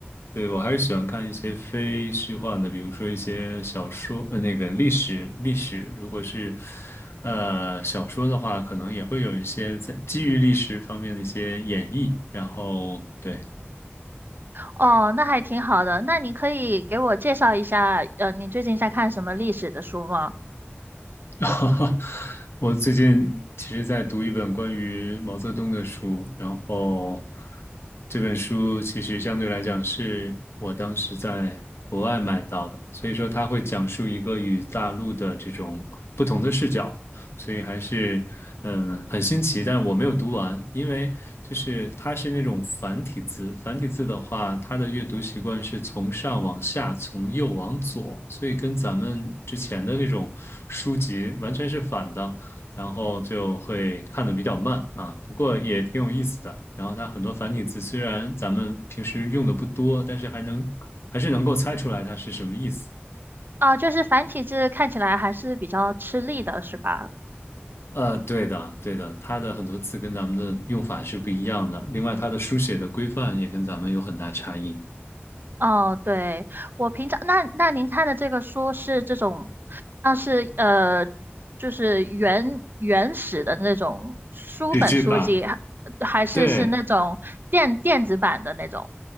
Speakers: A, on the left; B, on the right.
A: 对我还是喜欢看一些非虚幻的，比如说一些小说，呃，那个历史历史，如果是呃小说的话，可能也会有一些在基于历史方面的一些演绎，然后对。
B: 哦，那还挺好的。那你可以给我介绍一下，呃，你最近在看什么历史的书吗？
A: <laughs> 我最近其实在读一本关于毛泽东的书，然后这本书其实相对来讲是我当时在国外买到的，所以说它会讲述一个与大陆的这种不同的视角，所以还是嗯很新奇，但我没有读完，因为就是它是那种繁体字，繁体字的话，它的阅读习惯是从上往下，从右往左，所以跟咱们之前的那种书籍完全是反的，然后就会看得比较慢啊，不过也挺有意思的。然后它很多繁体字虽然咱们平时用的不多，但是还能还是能够猜出来它是什么意思。
B: 啊，就是繁体字看起来还是比较吃力的，是吧？
A: 呃，对的，对的，它的很多词跟咱们的用法是不一样的。另外，它的书写的规范也跟咱们有很大差异。
B: 哦，对，我平常那那您看的这个书是这种，像是呃，就是原原始的那种书本书籍，
A: 纸质版，
B: 还还是是那种电电子版的那种？
A: 对，